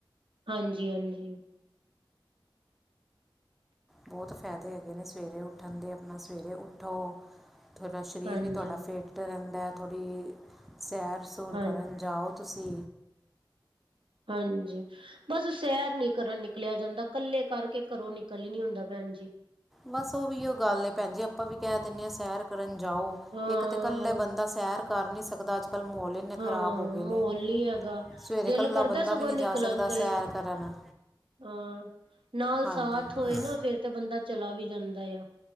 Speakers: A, on the right; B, in the centre.
A: ਹਾਂਜੀ ਹਾਂਜੀ।
B: ਬਹੁਤ ਫਾਇਦੇ ਹੈਗੇ ਨੇ ਸਵੇਰੇ ਉੱਠਣ ਦੇ ਆਪਣਾ ਸਵੇਰੇ ਉਠੋ। ਤੁਹਾਡਾ ਸਰੀਰ
A: ਹਾਂਜੀ,
B: ਵੀ ਤੁਹਾਡਾ ਫਿੱਟ ਰਹਿੰਦਾ ਥੋੜ੍ਹੀ ਸੈਰ ਸੂਰ
A: ਹਾਂ
B: ਕਰਨ ਜਾਓ। ਤੁਸੀ
A: ਹਾਂਜੀ। ਬਸ ਸੈਰ ਨੀ ਕਰਨ ਨਿਕਲਿਆ ਜਾਂਦਾ ਕੱਲੇ ਕਰਕੇ ਘਰੋਂ ਨਿਕਲ ਹੀ ਨੀ ਹੁੰਦਾ ਭੈਣ ਜੀ।
B: ਬਸ ਉਹ ਵੀ ਗੱਲ ਭੈਣ ਜੀ ਆਪਾਂ ਵੀ ਕਹਿ ਦਿੰਦੇ ਹਾਂ ਸੈਰ ਕਰਨ ਜਾਓ।
A: ਹਾਂ,
B: ਇੱਕ ਤੇ ਕੱਲੇ ਬੰਦਾ ਸੈਰ ਕਰ ਨੀ ਸਕਦਾ ਅੱਜ ਅ ਕਲ ਮੋਲੇ ਇੰਨੇ
A: ਹਾਂ
B: ਖਰਾਬ ਹੋ ਗਏ
A: ਮਾਹੌਲ
B: ਨੇ
A: ਨੀ ਹੈਗਾ।
B: ਸਵੇਰੇ
A: ਦਿਲ
B: ਇਕੱਲਾ
A: ਕਰਦਾ
B: ਬੰਦਾ
A: ਸਗੋਂ
B: ਵੀ ਨਹੀਂ
A: ਨਿਕਲਣ
B: ਜਾ ਸਕਦਾ
A: ਤੇ
B: ਸੈਰ ਕਰਨ।
A: ਹਾਂ ਨਾਲ
B: ਹਾਂਜੀ
A: ਸਾਥ
B: ਹਾਂਜੀ
A: ਹੋਏ ਨਾ ਫੇਰ ਤੇ ਬੰਦਾ ਚਲਾ ਵੀ ਜਾਂਦਾ ਆ